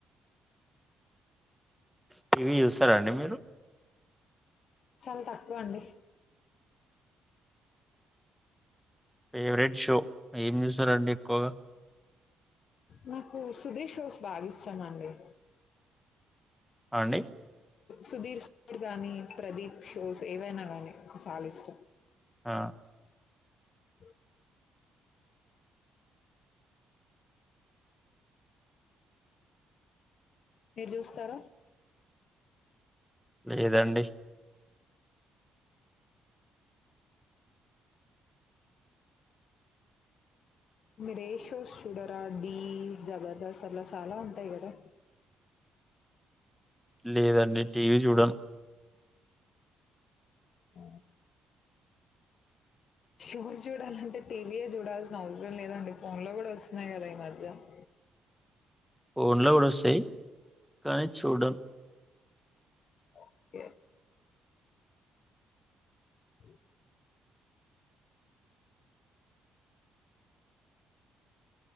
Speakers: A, in the centre; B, on the left.
A: టీవీ చూస్తారాండి మీరు
B: చాలా తక్కువ అండి
A: ఫేవరెట్ షో ఏం చూస్తారండి ఎక్కువగా
B: మీకు సుధీర్ షోస్ బాగా ఇష్టామండి
A: ఆ అండి
B: సుధీర్ సార్ గానీ ప్రదీప్ షోస్ ఏవైనా గానీ చాలా ఇష్టం
A: ఆ
B: <inaudible> మీరు చూస్తార
A: లేదండి
B: మీరు ఏషోస్ చూడరా డీ జబర్దస్త్ అలా చాలా ఉంటాయి గదా
A: లేదండి టీవీ చూడను
B: ఉ షోస్ చూడాలంటే టీవీయే చూడాల్సిన అవసరం లేదండి ఫోన్ లో గూడా వస్తున్నాయి కదా ఈ మధ్య <inaudible>
A: ఫోన్లో గూడా వస్తాయ్ కాని చూడను
B: ఓకే <inaudible>